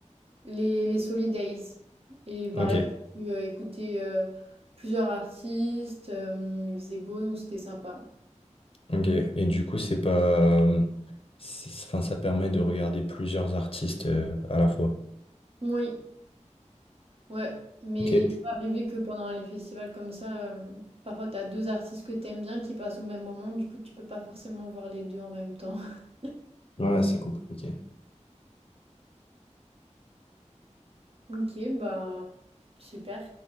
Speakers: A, on the right (about 50°); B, on the left (about 50°).
A: les, les Solidays. Et pareil,
B: Ok,
A: j'ai pu euh, écouter euh, plusieurs artistes, euh, il faisait beau, donc c'était sympa.
B: ok. Et du coup, c'est pas, c'est- enfin, ça permet de regarder plusieurs artistes euh, à la fois.
A: Oui. Ouais, mais
B: Ok.
A: il peut arriver que pendant les festivals comme ça, euh, parfois tu as deux artistes que t'aimes bien qui passent au même moment, du coup tu peux pas forcément voir les deux en même temps. <laughs>
B: Ouais, c'est compliqué.
A: Ok, bah super.